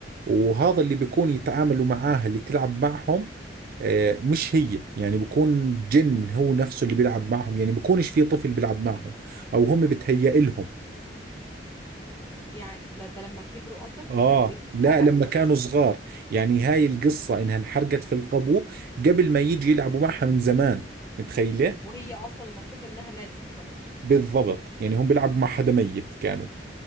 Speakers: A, on the right; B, on the left.
A: وهذا اللي بيكون يتعاملوا معاها اللي تلعب معهم آه مش هي يعني بيكون جن هو نفسه اللي بيلعب معهم يعني بيكونش في طفل بيلعب معهم او هم بتهيأ لهم
B: يعني لا ده لما كبروا قصدك
A: اه
B: لما البيت اتحرق
A: لا لما
B: ومشيوا
A: كانوا صغار يعني هاي القصة انها انحرقت في القبو قبل ما يجي يلعبوا معها من زمان متخيلة
B: وهي اصلا المفروض انها ماتت خلاص
A: بالضبط يعني هم بيلعبوا مع حدا ميت كانوا